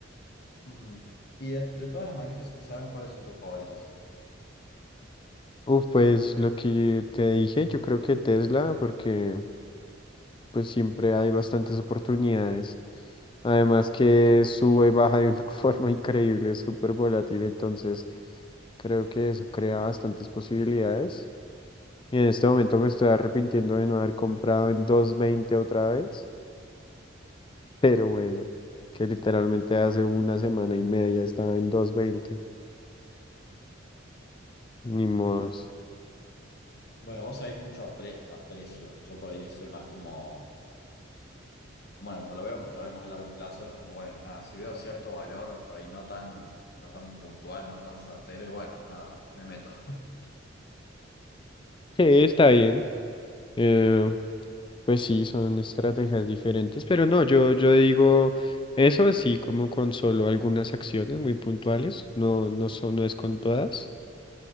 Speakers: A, on the left; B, on the left.
A: Ujú. Y de, de todas las Magnificent Seven, ¿cuáles son tus favoritas?
B: Uf, pues lo que te dije, yo creo que Tesla, porque pues siempre hay bastantes oportunidades. Además que sube y baja de una <laughs> forma increíble, es súper volátil, entonces creo que eso crea bastantes posibilidades. Y en este momento me estoy arrepintiendo de no haber comprado en dos veinte otra vez, pero bueno, que literalmente hace una semana y media estaba en 2.20, ni modos.
A: Sí. Bueno, vos sabés mucho a pre- o sea, precio. Yo por ahí soy más como Bueno, como lo veo tal vez más a largo plazo, es como, bueno, nada, si veo cierto valor por ahí no tan, no tan puntual, no tan certero, y bueno, nada, me meto. <laughs>
B: Sí, está bien. eh, pues sí, son estrategias diferentes, pero no, yo, yo digo eso así como con solo algunas acciones muy puntuales, no, no, son, no es con todas.